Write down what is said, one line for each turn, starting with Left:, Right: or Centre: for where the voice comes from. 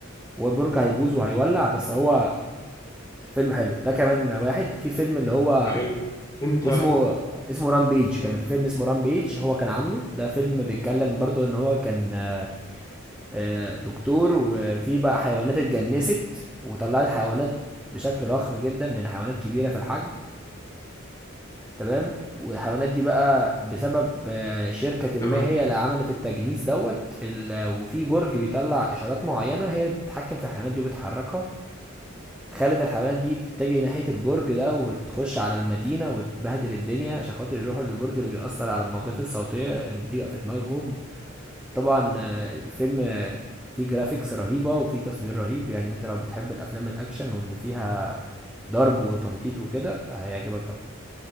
Centre: هو البرج هيبوظ وهيولع بس هو فيلم حلو ده كمان واحد في فيلم اللي هو
Left: حلو انت
Centre: اسمه اسمه رامبيج
Left: مم،
Centre: كمان في فيلم اسمه رامبيج هو كان عامله ده فيلم بيتكلم برضه ان هو كان آه، آه، دكتور وفي بقى حيوانات اتجنست وطلعت حيوانات بشكل ضخم جدا لان حيوانات كبيره في الحجم تمام والحيوانات دي بقى بسبب آه، شركة
Left: تمام
Centre: ما هي اللي عملت التجنيس دوت ال- وفي برج بيطلع إشارات معينة هي اللي بتتحكم في الحيوانات دي وبتحركها خلت الحيوانات دي تتجه ناحية البرج ده وتخش على المدينة وتبهدل الدنيا عشان خاطر يروحوا للبرج اللي بيأثر على الموجات الصوتية اللي بتبقى في دماغهم طبعا آه، الفيلم آه، فيه جرافيكس رهيبة وفيه تصوير رهيب يعني انت لو بتحب الأفلام الأكشن واللي فيها ضرب وتنطيط وكده هيعجبك قوي